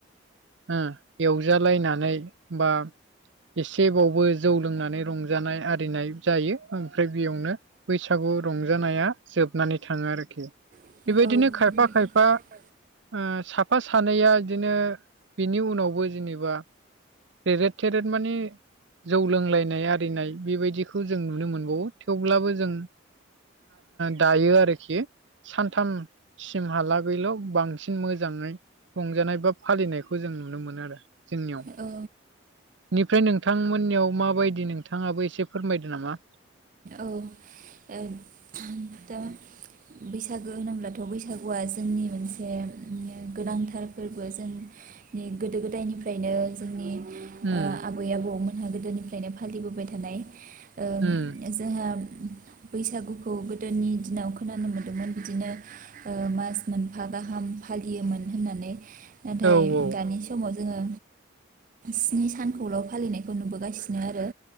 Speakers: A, on the right; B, on the right.
A: ओम एवजालायनानै बा एसेबावबो जौ लोंनानै रंजानाय आरिनाय जायो ओमफ्राय बेयावनो बैसागु रंजानाया जोबनानै थाङो आरोखि।
B: औ
A: बेबायदिनो खायफा
B: <inaudible>
A: खायफा ओ साफा सानैया बिदिनो बेनि उनावबो जेनेबा रेरेट थेदरेट मानि जौ लोंलायनाय आरिनाय बेबायदिखौ जों नुनो मोनबावो थेवब्लाबो जों दायो आरोखि सानथामसिमहाला बेल' बांसिन मोजाङै रंजानाय बा फालिनायखौ जों नुनो मोनो आरो। जोंनियाव
B: ओ
A: निफ्राय नोंथांमोननियाव माबायदि नोंथाङाबो एसे फोरमायदो नामा।
B: औ ओ दा बैसागो होनोब्लाथ' बैसागुआ जोंनि मोनसे गोनांथार फोरबो जों नि गोदो गोदायनिफ्रायनो जोंनि
A: उम
B: ओ आबै आबौमोनहा गोदोनिफ्रायनो फालिबोबाय थानाय ओं।
A: उम
B: जोंहा बैसागुखौ गोदोनि दिनाव खोनानो मोन मोन बिदिनो ओ मास मोनफा गाहाम फालियोमोन होननानै नाथाय
A: औ औ
B: दानि समाव जोङो स्नि सानखौल' फालिनायखौ नुबोगासिनो आरो